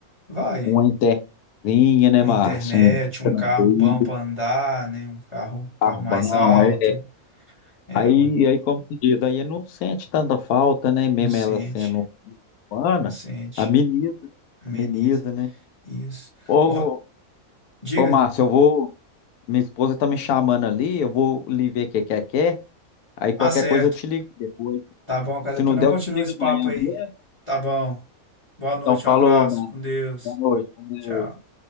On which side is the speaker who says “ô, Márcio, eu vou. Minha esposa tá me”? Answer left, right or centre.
Left